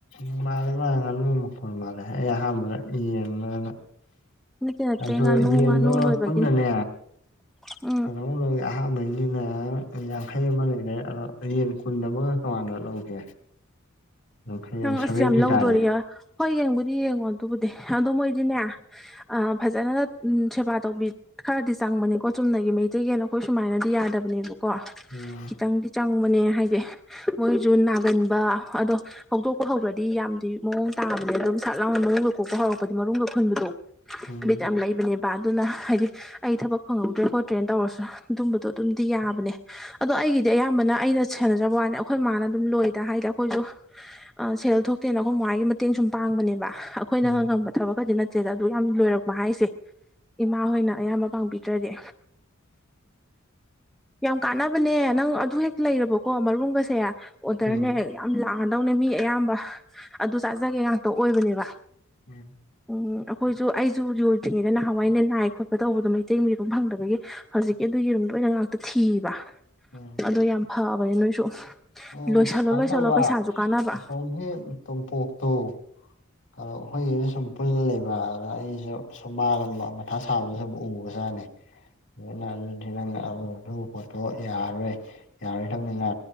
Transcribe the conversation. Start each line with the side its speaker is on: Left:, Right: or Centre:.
Left: ꯎ ꯃꯥꯜꯂꯦ ꯃꯥꯜꯂꯦ ꯉꯥꯅꯨ ꯃꯈꯣꯟꯜ ꯃꯥꯜꯂꯦ ꯑꯩ ꯑꯍꯥꯟꯕꯗ ꯌꯦꯡꯅ
Centre: ꯅꯠꯇꯦ ꯅꯠꯇꯦ
Left: ꯑꯗꯨꯗꯣ
Centre: ꯉꯥꯅꯨ
Left: ꯌꯦꯟꯗ
Centre: ꯉꯥꯅꯨ ꯂꯣꯏꯕꯒꯤꯅꯤ
Left: ꯄꯨꯟꯅꯅꯦ
Centre: ꯎꯝ
Left: ꯀꯩꯅꯣꯃꯨꯛ ꯂꯣꯢꯒꯦ ꯑꯍꯥꯟꯕꯩꯅꯤꯅ ꯌꯥꯡꯈꯩ ꯑꯃ ꯂꯩꯔꯦ ꯑꯗꯣ ꯌꯦꯟ ꯀꯨꯟ ꯑꯃꯒ ꯇꯉꯥꯟꯅ ꯂꯧꯒꯦ ꯌꯥꯡꯈꯩ
Centre: ꯅꯪ
Left: ꯁꯚꯦꯟꯇꯤ
Centre: ꯑꯁ ꯌꯥꯝ ꯂꯧꯗꯣꯔꯤ
Left: ꯇꯥꯔꯦ
Centre: ꯍꯣꯏ ꯌꯦꯡꯕꯨꯗꯤ ꯌꯦꯡꯉꯣ ꯑꯗꯨꯕꯨꯗꯤ ꯑꯗꯣ ꯃꯣꯏꯗꯤꯅꯦ ꯑ ꯐꯖꯅ ꯎꯝ ꯁꯦꯕꯥ ꯇꯧꯕꯤ ꯈꯔꯗꯤ ꯆꯪꯕꯅꯤꯀꯣ ꯆꯨꯝꯅꯒꯤ ꯃꯩꯇꯩ ꯌꯦꯟ ꯑꯩꯈꯣꯏ ꯁꯨꯃꯥꯏꯅꯗꯤ ꯌꯥꯗꯕꯅꯦꯕ ꯀꯣ
Left: ꯎꯝ
Centre: ꯈꯤꯇꯪꯗꯤ ꯆꯪꯕꯅꯦ ꯍꯥꯏꯗꯤ ꯃꯣꯏꯁꯨ ꯅꯥꯒꯟꯕ ꯑꯗꯣ ꯍꯧꯗꯣꯛꯄ ꯍꯧꯒ꯭ꯔꯗꯤ ꯌꯥꯝꯗꯤ ꯃꯑꯣꯡ ꯇꯥꯕꯅꯦ ꯑꯗꯨꯝ ꯁꯠ ꯂꯥꯎꯅ ꯃꯔꯨꯝꯒ ꯀꯣꯛꯄ ꯍꯧꯔꯛꯄꯗꯤ ꯃꯔꯨꯝꯒ ꯈꯨꯨꯟꯕꯗꯣ
Left: ꯎꯝ
Centre: ꯕꯤꯠ ꯌꯥꯝ ꯂꯩꯕꯅꯦ ꯑꯗꯨꯅ ꯍꯥꯏꯗꯤ ꯑꯩ ꯊꯕꯛ ꯐꯪꯍꯧꯗ꯭ꯔꯦ ꯈꯣꯠꯇ꯭ꯔꯦꯅ ꯇꯧꯔꯁꯨ ꯑꯗꯨꯝꯕꯗꯣ ꯑꯗꯨꯝꯗꯤ ꯌꯥꯕꯅꯦ ꯑꯗꯣ ꯑꯩꯒꯤꯗꯤ ꯑꯌꯥꯝꯕꯅ ꯑꯩꯅ ꯁꯦꯟꯅꯖꯕ ꯋꯥꯅꯤ ꯑꯩꯈꯣꯏ ꯃꯃꯥꯅ ꯑꯗꯨꯝ ꯂꯣꯏꯗ ꯍꯥꯏꯗꯤ ꯑꯩꯈꯣꯏꯁꯨ ꯁꯦꯜ ꯊꯣꯛꯇꯦꯅ ꯑꯩꯈꯣꯏ ꯃꯥꯍꯣꯏꯒꯤ ꯃꯇꯦꯡ ꯁꯨꯝ ꯄꯥꯡꯕꯅꯦꯕ ꯑꯩꯈꯣꯏꯅ
Left: ꯎꯝ
Centre: ꯉꯝꯕ ꯊꯕꯛꯀꯗꯤ ꯅꯠꯇꯦ ꯑꯗꯨ ꯌꯥꯝ ꯂꯣꯏꯔꯛꯄ ꯍꯥꯏꯁꯦ ꯏꯃꯥ ꯍꯣꯏꯅ ꯑꯌꯥꯝꯕ ꯄꯥꯡꯕꯤꯗ꯭ꯔꯗꯤ ꯌꯥꯝ ꯀꯥꯟꯅꯕꯅꯦ ꯅꯪ ꯑꯗꯨ ꯍꯦꯛ ꯂꯩꯔꯕꯀꯣ ꯃꯔꯨꯝꯒꯁꯦ ꯑꯣꯗꯔꯅꯦ
Left: ꯎꯝ ꯎꯝ
Centre: ꯌꯥꯝ ꯂꯥꯛꯑꯗꯧꯅꯦ ꯃꯤ ꯑꯌꯥꯝꯕ ꯑꯗꯨ ꯆꯥꯖꯒꯦ ꯉꯥꯛꯇ ꯑꯣꯏꯕꯅꯦꯕ
Left: ꯎꯝ
Centre: ꯎꯝ ꯑꯩꯈꯣꯏꯁꯨ ꯑꯩꯁꯨ ꯌꯣꯗ꯭ꯔꯤꯉꯩꯗ ꯅꯍꯥꯟꯋꯥꯏꯅ ꯅꯥꯏ ꯈꯣꯠꯄ ꯇꯧꯕꯗꯣ ꯃꯩꯇꯩ ꯌꯦꯔꯨꯝ ꯐꯪꯗꯕꯒꯤ ꯍꯧꯖꯤꯛꯀꯤ ꯑꯗꯨꯝ ꯌꯦꯔꯨꯝꯗ ꯑꯣꯏꯅ ꯉꯥꯛꯇ ꯊꯤꯕ
Left: ꯎꯝ
Centre: ꯑꯗꯣ ꯌꯥꯝ ꯐꯕꯅꯦ ꯅꯣꯏꯁꯨ
Left: ꯑꯣ
Centre: ꯂꯣꯏꯁꯜꯂꯣ
Left: ꯁꯨꯃꯥꯏ
Centre: ꯂꯣꯏꯁꯜꯂꯣ
Left: ꯇꯧꯕ
Centre: ꯄꯩꯁꯥꯁꯨ ꯀꯥꯟꯅꯕ
Left: ꯑꯁꯣꯝꯒꯤ ꯇꯣꯝꯄꯣꯛꯇꯨ ꯑꯗꯣ ꯑꯩꯈꯣꯏꯒꯤꯖꯨ ꯁꯨꯝ ꯄꯨꯜ ꯂꯩꯕ ꯑꯗ ꯑꯩꯁꯨ ꯁꯨꯝ ꯃꯥꯗ ꯃꯊꯥ ꯁꯥꯕꯗꯣ ꯁꯨꯝ ꯎꯕꯖꯥꯠꯅꯤ ꯑꯗꯨꯅ ꯑꯗꯨꯗꯤ ꯅꯪꯅ ꯑꯗꯨ ꯄꯣꯠꯇꯣ ꯌꯥꯔꯔꯣꯏ ꯌꯥꯔꯣꯏ ꯗꯕꯅꯤꯅ